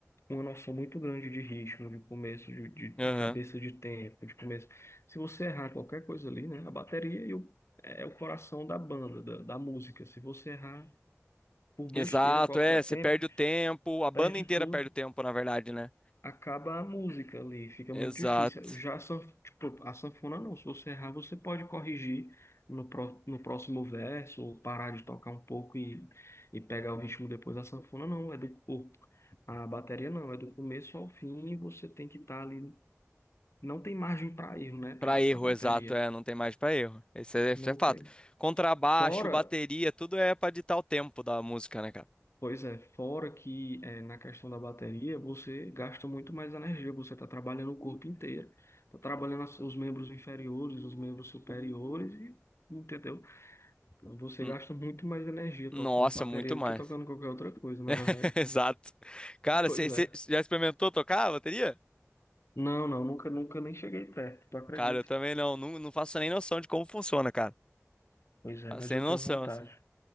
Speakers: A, on the left; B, on the left.
A: uma noção muito grande de ritmo, de começo, de, de, de
B: Aham.
A: cabeça de tempo, de começo. Se você errar qualquer coisa ali, né, a bateria e o- é o coração da banda, da, da música. Se você errar por besteira
B: Exato,
A: qualquer
B: é, você
A: tempo,
B: perde o tempo, a banda
A: perde
B: inteira
A: tudo
B: perde o tempo, na verdade, né?
A: acaba a música ali, fica
B: Exato.
A: muito difícil. Já a, sanf- tipo, a sanfona não, se você errar, você pode corrigir no, pró- no próximo verso, ou parar de tocar um pouco e, e pegar o ritmo depois. A sanfona não, é do, o- a bateria não, é do começo ao fim e você tem que estar ali. Não tem margem para erro, né, para
B: Pra erro,
A: para bateria.
B: exato, é, não tem mais pra erro. Esse é, esse
A: Não
B: é fato.
A: tem.
B: Contrabaixo,
A: Fora.
B: bateria, tudo é pra ditar o tempo da música, né, cara?
A: Pois é, fora que eh, na questão da bateria, você gasta muito mais energia, você está trabalhando o corpo inteiro, está trabalhando as- os membros inferiores, os membros superiores, e, entendeu? Então, Você
B: N-
A: gasta muito mais energia
B: Nossa,
A: tocando bateria
B: muito
A: do
B: mais.
A: que tocando qualquer outra coisa, na
B: <laughs>
A: verdade.
B: Exato. Cara,
A: Pois
B: você
A: é.
B: você já experimentou tocar a bateria?
A: Não, não, nunca, nunca nem cheguei perto, tu acredita?
B: Cara, eu também não, não, não faço nem noção de como funciona, cara.
A: Pois é,
B: Faço
A: mas
B: sem
A: eu
B: noção,
A: tenho vontade.
B: assim.